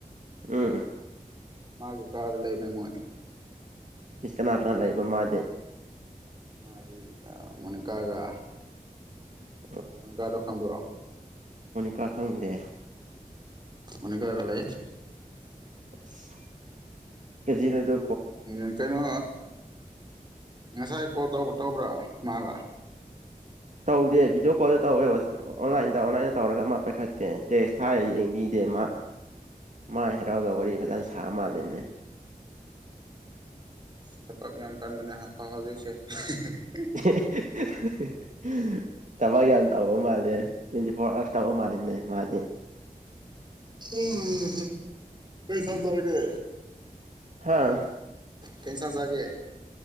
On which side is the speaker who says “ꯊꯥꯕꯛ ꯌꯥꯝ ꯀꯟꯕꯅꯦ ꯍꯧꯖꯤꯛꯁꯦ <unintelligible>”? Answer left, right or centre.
Right